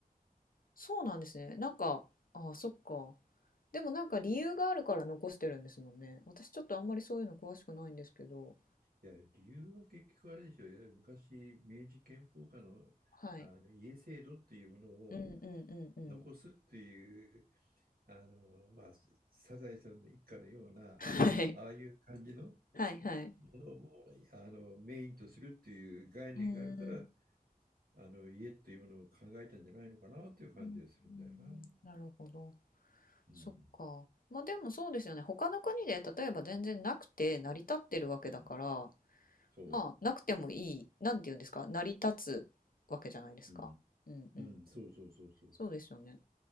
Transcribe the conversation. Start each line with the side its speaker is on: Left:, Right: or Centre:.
Left: そうなんですね。なんか、あ、そっか。でもなんか理由があるから残してるんですもんね。私ちょっとあんまりそういうの詳しくないんですけど。
Right: いや、理由は結局あれでしょう。いわゆる昔、明治憲法下の、
Left: はい。
Right: あの家制度っていうものを
Left: うんうんうんうん。
Right: 残すっていう、あの、まあ、サザエさんの一家のような、
Left: はい。
Right: ああいう感じの
Left: はいはい。
Right: ものをあのメインとするっていう概念があるから、
Left: うーん。う
Right: あの家っていうものを考えたんじゃないのかなという感じがするんだよな。
Left: ーんなるほど。
Right: うん。
Left: そっか。まあでもそうですよね。他の国で例えば全然なくて成り立ってるわけだから、
Right: うん。そ
Left: まあなくてもいい、なんて言うんですか、成り立つわけじゃないですか。
Right: う。うん。
Left: うんうん。
Right: うん。そうそうそうそう。
Left: そうですよね。